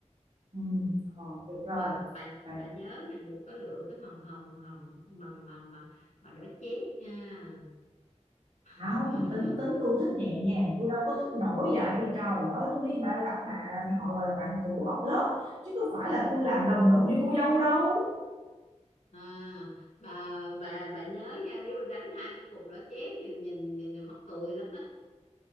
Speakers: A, on the right (about 70°); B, on the left (about 85°).
A: ừ, ờ, được
B: mà
A: rồi
B: bạn
A: Bà-
B: bạn nhớ là đừng có lựa cái màu hồng hồng mà mà mà mà đỏ chét nha <laughs>
A: không tính tính tôi thích nhẹ nhàng tôi đâu có thích nổi vậy trời ơi tôi đi ba gặp bạn họ gọi là bạn cũ học lớp chứ không phải là tôi làm lồng lộn với cô dâu đâu
B: à, bà bà bà nhớ nha nếu mà đánh hai cái cục đỏ chét thì nhìn thì là mắc cười lắm á